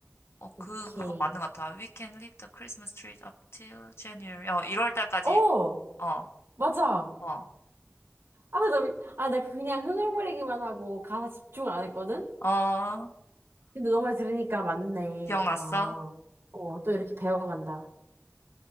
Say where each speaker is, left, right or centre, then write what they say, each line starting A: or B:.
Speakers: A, on the left; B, on the right.
A: 어, 그,
B: 오케이.
A: 그거 맞는 것 같아. We can leave the Christmas tree up till January. 어, 1월 달까지,
B: 어,
A: 어,
B: 맞아.
A: 어,
B: 아, 나, 아, 나 그냥 흥얼거리기만 하고 가사 집중을 안 했거든?
A: 어,
B: 근데 너 말 들으니까 맞네.
A: 기억났어?
B: 아, 어, 또 이렇게 배워간다.